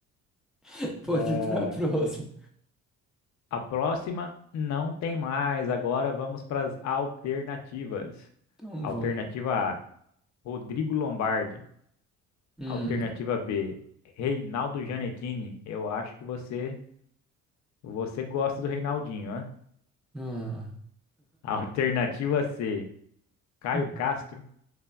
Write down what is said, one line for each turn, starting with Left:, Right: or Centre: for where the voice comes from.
Centre: <laughs> Pode
Left: É,
Centre: ir pra próxima.
Left: a próxima não tem mais. Agora vamos para as alternativas.
Centre: Então
Left: Alternativa
Centre: vamos.
Left: A: Rodrigo Lombardi.
Centre: Hum,
Left: Alternativa B: Reinaldo Gianecchini. Eu acho que você Você gosta do Reinaldinho, né?
Centre: ah.
Left: Alternativa C, Caio
Centre: hum.
Left: Castro.